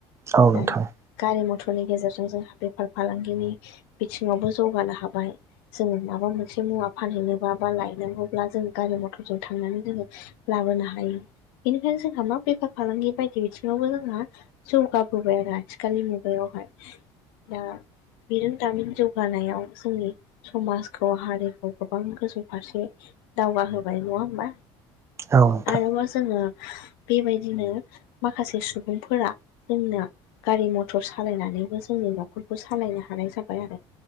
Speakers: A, on the right; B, on the left.
A: औ नोंथां।
B: दा गारि मथरनि गेजेरजों जोंहा बेफार फालांगिनि बिथिङावबो जौगानो हाबाय जोङो मा माबा मोनसे मुवा फानहैनोबा बा लायनांगौब्ला जों गारि मथरजों थांनानै जोङो लाबोनो हायो बेनिखायनो जोंहा मा बेफार फालांगि बायदि बिथिङावबो जोंहा जौगाबोबाय आरो आथिखालनि मुगायावहाय। दा बिरोंदामिन जौगानायाव जोंनि समाज खौ हारिखौ गोबां गोजौ फारसे दावगाहोबाय नङा होमबा?
A: औ नोंथां
B: आरोबाव जोङो बेबायदिनो माखासे सुबुंफोरा जोंनो गारि मथर सालायनानैबो जोंनि न'खरखौ सालायनो हानाय जाबाय आरो।